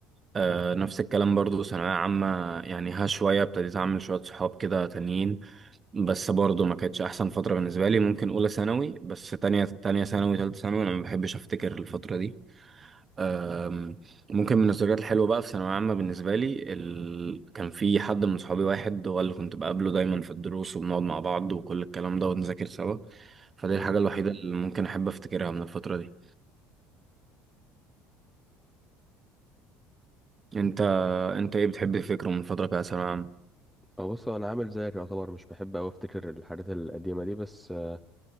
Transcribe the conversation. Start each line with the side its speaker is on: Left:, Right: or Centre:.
Right: آه نفس الكلام برضو ثانويه عامه يعني ها شويه ابتديت اعمل شويه صحاب كده تانيين بس برضو ما كانتش احسن فتره بالنسبه لي ممكن اولى ثانوي بس تانية تانية ثانوي تالتة ثانوي انا ما بحبش افتكر الفتره دي أم، ممكن من الذكريات الحلوة بقى في ثانوية عامة بالنسبة لي ال... كان في حد من صحابي واحد هو اللي كنت بقابله دايما في الدروس وبنقعد مع بعض وكل الكلام ده ونذاكر سوا فدي
Centre: مم.
Right: الحاجة الوحيدة اللي ممكن أحب أفتكرها من الفترة دي أنت أنت إيه بتحب تفكره من الفترة بتاعت ثانوية عامة؟
Centre: أه بص هو أنا عامل زيك يعتبر مش بحب أوي أفتكر الحاجات القديمة دي بس آه